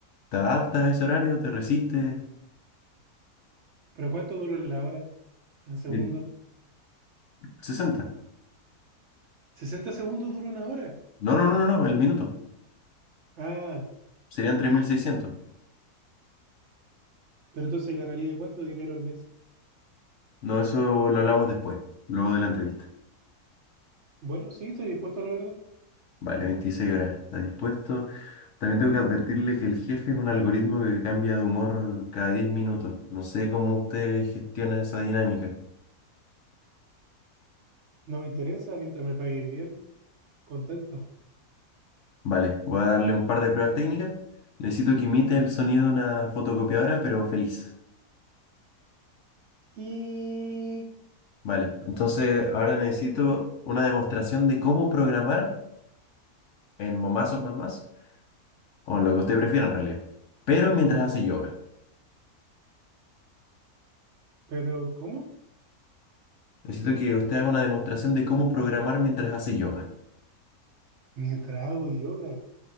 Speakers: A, on the left (about 65°); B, on the right (about 60°).
A: te adaptas a ese horario, te resistes.
B: ¿Pero cuánto duró la hora? ¿En segundos?
A: y sesenta
B: Sesenta segundos dura una hora?
A: No, no, no, no, no, el minuto.
B: Ah,
A: Serían tres mil seiscientos
B: pero entonces ganaría cuánto dinero al mes.
A: No, eso lo hablamos después, luego de la entrevista.
B: Bueno, sí, estoy dispuesto a la verdad.
A: Vale, 26 horas, está dispuesto. También tengo que advertirle que el jefe es un algoritmo que cambia de humor cada 10 minutos. No sé cómo usted gestiona esa dinámica.
B: No me interesa mientras me pague bien. Contento.
A: Vale, voy a darle un par de pruebas técnicas. Necesito que imite el sonido de una fotocopiadora, pero feliz.
B: Y...
A: Vale, entonces ahora necesito una demostración de cómo programar en Momazos más más, o en lo que usted prefiera en realidad, pero mientras hace yoga.
B: ¿Pero cómo?
A: Necesito que usted haga una demostración de cómo programar mientras hace yoga.
B: Mientras hago yoga.